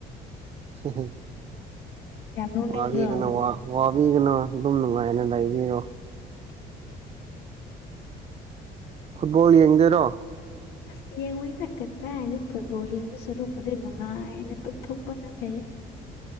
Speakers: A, on the right; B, on the left.
A: ꯍ ꯍ
B: ꯌꯥꯝ ꯅꯣꯛꯅꯤꯡꯕ꯭ꯔꯣ
A: ꯋꯥꯕꯤꯒꯅꯨ ꯋꯥ ꯋꯥꯕꯤꯒꯅꯨ ꯑꯗꯨꯝ ꯅꯨꯡꯉꯥꯏꯅ ꯂꯩꯕꯤꯔꯣ꯫
B: <unintelligible>
A: ꯐꯨꯠꯕꯣꯜ ꯌꯦꯡꯗꯣꯏꯔꯣ꯫
B: ꯑꯁ ꯌꯦꯡꯉꯣꯏꯗ ꯀꯗꯥꯏꯗꯩ ꯐꯨꯠꯕꯣꯜ ꯌꯦꯡꯕꯩ ꯁꯨꯔꯛꯄꯨꯗꯤ ꯅꯨꯡꯉꯥꯏꯅ ꯇꯨꯝꯊꯣꯛꯄꯅ ꯐꯩꯌꯦ꯫